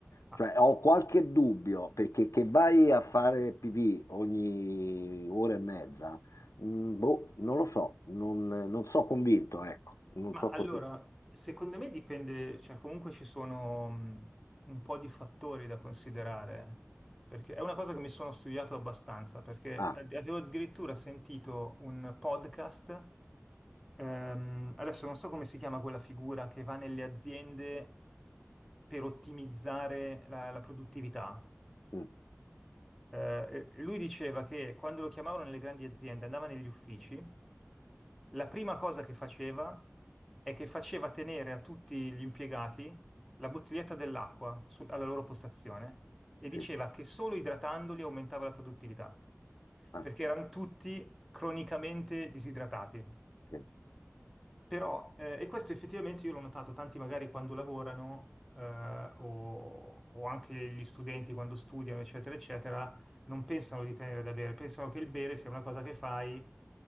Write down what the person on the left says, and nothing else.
Cioè, ho qualche dubbio perché che vai a fare pipì ogni ora e mezza, mm, boh, non lo so, non, non so convinto, ecco, non
so
così.
Ah,
mm,
sì,
ah,
sì,